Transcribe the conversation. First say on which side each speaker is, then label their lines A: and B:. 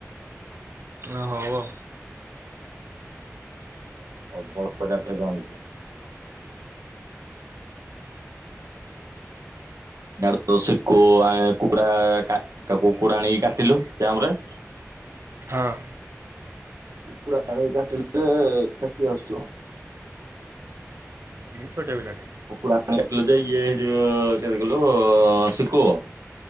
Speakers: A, on the right; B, on the right.
A: ଓ ହୋ ଆଉ।
B: <unintelligible> ଡ ସିକୁ ଆ କୁକୁଡା କୁକୁଡା ଆଣିକି କାଟିଲୁ କ୍ୟାମ୍ପ ରେ
A: ହଁ।
B: କୁକୁଡ଼ା ଆଣେଇ କାଟିଲେଟା କିଏ ଆସୁଛ
A: ଛଟିଆ ପିଲାଟା
B: <unintelligible>